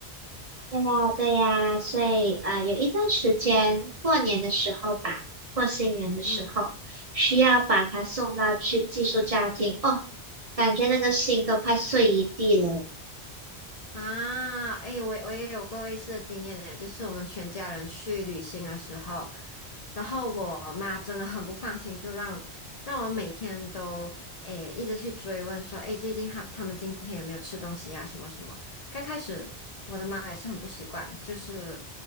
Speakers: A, on the right (about 40°); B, on the left (about 45°).
A: 对呀，对呀，所以呃，有一段时间，过年的时候吧，过新年的时候，
B: 嗯。
A: 需要把它送到去寄宿家庭哦，感觉那个心都快碎一地了。
B: 啊，哎，我也我也有过类似的经验呢，就是我们全家人去旅行的时候，然后我妈真的很不放心，就让让我每天都哎一直去追问说，哎，最近他他们今天有没有吃东西呀、什么什么。刚开始我的妈也是很不习惯，就是